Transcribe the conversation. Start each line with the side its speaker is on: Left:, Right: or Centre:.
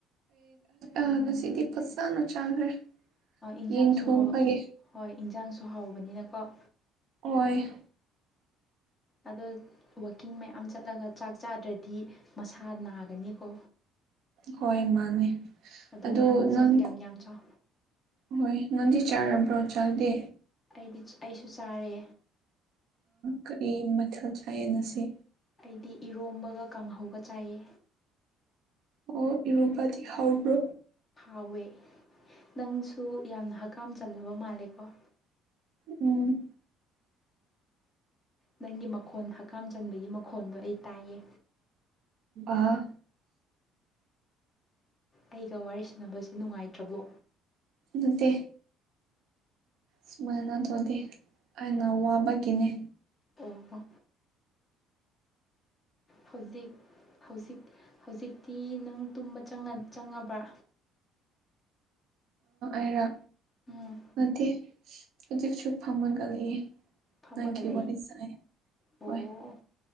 Right: ꯑ ꯉꯁꯤꯗꯤ ꯐꯖꯁꯥꯅ ꯆꯥꯈ꯭ꯔꯦ
Left: ꯏꯟꯖꯥꯡꯁꯨ
Right: ꯌꯦꯟ ꯊꯣꯡꯕꯒꯤ
Left: ꯍꯥꯎ ꯍꯣꯏ ꯏꯟꯖꯥꯡꯁꯨ ꯍꯥꯎꯕꯅꯤꯅꯀꯣ
Right: ꯑꯣꯏ
Left: ꯑꯗꯣ ꯋꯥꯛꯀꯤꯡ ꯃꯌꯥꯝ ꯆꯠꯂꯒ ꯆꯥꯛ ꯆꯥꯗ꯭ꯔꯗꯤ ꯃꯁꯥ ꯅꯥꯒꯅꯤꯀꯣ
Right: ꯍꯣꯏ ꯃꯥꯅꯦ
Left: ꯑꯗꯨꯅ
Right: ꯑꯗꯨ
Left: ꯆꯥꯛ
Right: ꯅꯪ
Left: ꯌꯥꯝ ꯌꯥꯝ ꯆꯥꯎ
Right: ꯍꯣꯏ ꯅꯪꯗꯤ ꯆꯥꯔꯕ꯭ꯔꯣ ꯆꯥꯗꯦ
Left: ꯑꯩꯗꯤ ꯑꯩꯁꯨ ꯆꯥꯔꯦ
Right: ꯀꯔꯤ ꯃꯊꯦꯜ ꯆꯥꯏꯌꯦꯅꯁꯤ
Left: ꯑꯩꯗꯤ ꯏꯔꯣꯝꯕꯒ ꯀꯥꯡꯍꯧꯒ ꯆꯥꯏꯌꯦ
Right: ꯑꯣ ꯏꯔꯨꯕꯗꯤ ꯍꯧꯎꯕ꯭ꯔꯣ
Left: ꯍꯥꯎꯋꯦ ꯅꯪꯁꯨ ꯌꯥꯝꯅ ꯍꯀꯥꯝ ꯆꯜꯂꯕ ꯃꯥꯜꯂꯦꯀꯣ
Right: ꯎꯝ
Left: ꯅꯪꯒꯤ ꯃꯈꯣꯟ ꯍꯀꯥꯝ ꯆꯟꯕꯒꯤ ꯃꯈꯣꯟꯗꯣ ꯑꯩ ꯇꯥꯏꯌꯦ
Right: ꯑꯥ
Left: ꯑꯩꯒ ꯋꯥꯔꯤ ꯁꯥꯟꯅꯕꯁꯤ ꯅꯨꯡꯉꯥꯏꯇ꯭ꯔꯕꯣ
Right: ꯅꯠꯇꯦ ꯁꯨꯃꯥꯏꯅ ꯑꯗꯨꯧꯗꯤ ꯑꯩꯅ ꯋꯥꯕꯒꯤꯅꯦ
Left: ꯑꯣ ꯑꯣ ꯍꯧꯖꯤꯛ ꯍꯧꯖꯤꯛ ꯍꯧꯖꯤꯛꯇꯤ ꯅꯪ ꯇꯨꯝꯕ ꯆꯪꯉꯕ꯭ꯔꯥ
Right: ꯑꯔ
Left: ꯎꯝ
Right: ꯅꯠꯇꯦ ꯍꯧꯖꯤꯛꯁꯨ ꯐꯃꯒꯂꯌꯦ
Left: ꯐꯝꯃꯒ
Right: ꯅꯪꯈꯤ
Left: ꯂꯩ
Right: ꯋꯥꯔꯤ ꯁꯥꯏ
Left: ꯑꯣ
Right: ꯍꯣꯏ